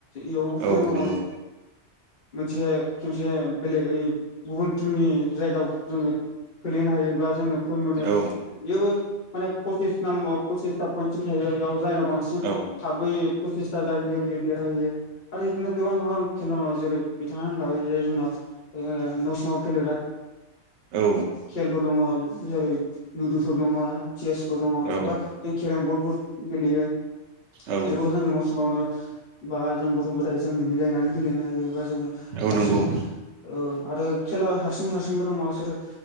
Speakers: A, on the left (about 45°); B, on the right (about 80°).
A: इयावबो फइन
B: औ
A: दङ
B: नंगौ
A: मोनसे खनसे बेलेग गुबुन टिमनि जायगायाव जोङो खोलैनो हायो बा जोङो पइन्ट मोनो
B: औ
A: बेबो माने पसिस नामबार फसिसथा पइन्टसिम थायो बेयाव जायनाव बांसिन
B: औ
A: थाबै फसिस फसिसथा जाहैयो बियो देरहाहैयो आरो बिदिनो गोबां गोबां खेल दङ जेरै बिथाङा होनखाबाय जे जोंनाव न' सिङाव गेलेग्रा
B: औ
A: खेल दङ जेरै लुदुफोर दङ चेसफोर दङ
B: औ
A: बा जों केरेम बर्डफोर गेलेयो
B: औ
A: <unintelligible> बेखौ जों न' सिङावनो बा जों गथ' गथाय जों मिलायनानै गेलेनो हायो बा जोङो हारसिं
B: औ नंगौ
A: ओ आरो खेला हारसिं हारसिंबो दङ जेरै